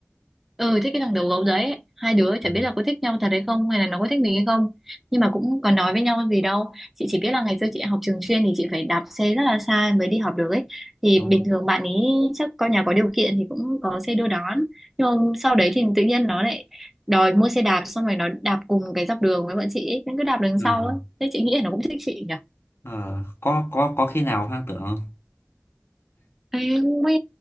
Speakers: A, in the centre; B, on the left.
A: ừ thích cái thằng đầu gấu đấy hai đứa chả
B: Ừ,
A: biết là có thích nhau thật hay không hay là nó có thích mình hay không nhưng mà cũng còn nói với nhau gì đâu chị chỉ biết là ngày xưa chị học trường chuyên thì chị phải đạp xe rất là xa mới đi học được ấy thì
B: đúng
A: bình
B: không
A: thường bạn ấy chắc con nhà có điều kiện thì cũng có xe đưa đón nhưng mà sau đấy thì tự nhiên nó lại đòi mua xe đạp xong rồi nó đạp cùng cái dọc đường với bọn chị ấy, nó cứ đạp đằng sau
B: ờ
A: ấy thế chị nghĩ là nó cũng thích chị nhỉ
B: ờ có có có khi nào hoang tưởng không
A: Em không biết